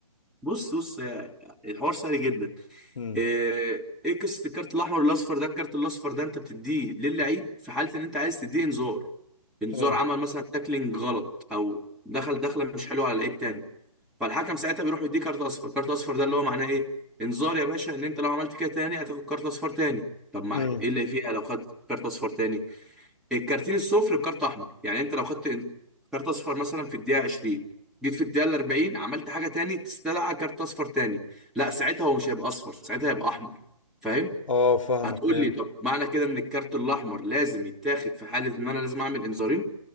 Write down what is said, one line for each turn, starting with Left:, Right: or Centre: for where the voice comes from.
Centre: بص بص يا- الحوار سهل جدا
Left: ده
Centre: ايه إيه قصه الكارت الاحمر والاصفر ده الكارت الاصفر ده انت بتديه للعيب في حاله ان انت عايز تديه انذار انذار
Left: امم
Centre: عمل مثلا تاكلينج غلط او دخل دخله مش حلوه على لعيب تاني فالحكم ساعتها بيروح يديه كارت اصفر كارت اصفر ده اللي هو معناه ايه انذار يا باشا ان انت لو عملت كده تاني هتاخد كارت اصفر تاني طب ما
Left: امم
Centre: ايه اللي فيها لو خدت كارت اصفر تاني الكارتين الصفر بكارت احمر يعني انت لو خدت كارت اصفر مثلا في الدقيقه 20 جيت في الدقيقه 40 عملت حاجه تاني تستدعى كارت اصفر تاني لا ساعتها هو مش هيبقى اصفر ساعتها هيبقى احمر فاهم
Left: اه فاهمك
Centre: هتقول
Left: فهمت
Centre: لي طب معنى كده ان الكارت الاحمر لازم يتاخد في حاله ان انا لازم اعمل انذارين